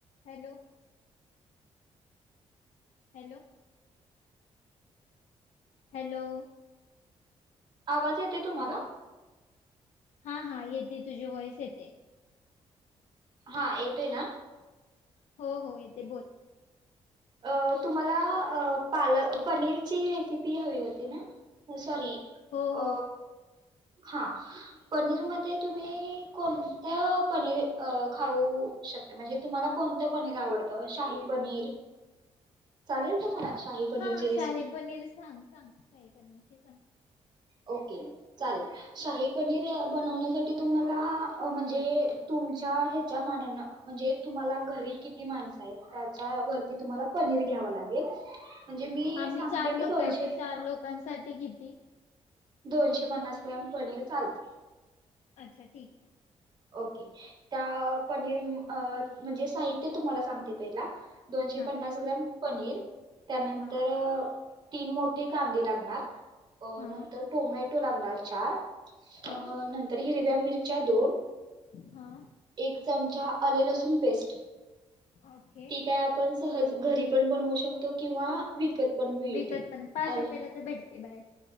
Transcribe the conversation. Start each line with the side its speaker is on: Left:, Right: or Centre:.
Left: Hello. Hello. Hello.
Right: आवाज येतोय तुम्हाला.
Left: हॅलो हा हा येते तुझी वॉइस येते.
Right: हा येतोय ना.
Left: हो हो येते बोल.
Right: अ तुम्हाला पाल पनीरची रेसिपी हवी होती ना सॉरी.
Left: हो हो
Right: अ. हा पनीरमध्ये तुम्ही कोणत्या पनीर अ खाऊ शकता म्हणजे तुम्हाला कोणतं पनीर आवडतं शाही पनीर चालेल तुम्हाला
Left: अ,
Right: शाही पनीरची
Left: हा
Right: रेसिपी.
Left: शाही पनीर सांग सांग शाही पनीरची सांग.
Right: ओके चालेल शाही पनीर बनवण्यासाठी तुम्हाला अ म्हणजे तुमच्या ह्याच्या मानान म्हणजे तुम्हाला घरी किती माणसं आहेत त्याच्या वरती तुम्हाला पनीर घ्याव लागेल म्हणजे मी
Left: आम्ही
Right: सांगते
Left: चार लोक
Right: ते दोनशे
Left: आहे तर चार लोकांसाठी किती?
Right: दोनशे पन्नास ग्रॅम पनीर चालते.
Left: अच्छा ठीक आहे.
Right: ओके. त्या पनीर अ म्हणजे साहित्य तुम्हाला सांगते पहिला. दोनशे
Left: हा
Right: पन्नास ग्रॅम पनीर त्यानंतर
Left: हा
Right: तीन मोठे कांदे लागणार अ
Left: हा
Right: नंतर टोमेट <unintelligible> लागणार चार
Left: हा
Right: अ नंतर हिरव्या मिर च्या दोन
Left: हा
Right: एक चमचा आले लसूण पेस्ट
Left: ओके
Right: ती काय आपण सहज घरी पण बनवू शकतो किंवा विकत त पण मिळते.
Left: विकत पण पाच
Right: आले,
Left: रुपयाला तर भेटते बाहेर